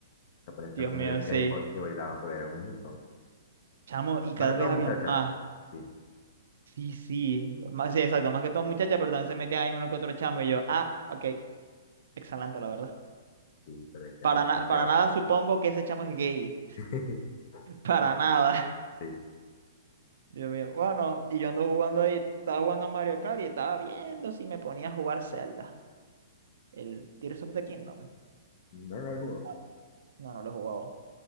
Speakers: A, on the left (about 50°); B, on the right (about 70°).
A: Se ponían canciones
B: Dios mío,
A: de K-pop
B: sí.
A: y bailaban, pero eran un montón.
B: Chamo, y cada
A: Más que todo
B: vez había
A: muchachas.
B: más.
A: Sí,
B: Sí, sí. Más, sí, exacto. Más que todo muchachas, pero también se metían ahí uno que otro chamo. Y yo, ah, ok. Excelente, la verdad.
A: sí, pero es que
B: Para,
A: eran
B: na-
A: demasiado.
B: para nada supongo que ese chamo es gay.
A: <laughs>
B: <laughs> Para nada.
A: Sí.
B: Dios mío. Bueno, y yo ando jugando ahí. Estaba jugando a Mario Kart y estaba viendo si me ponía a jugar Zelda. El Tears of the Kingdom.
A: No, no el juego.
B: Ah, no, no lo he jugado.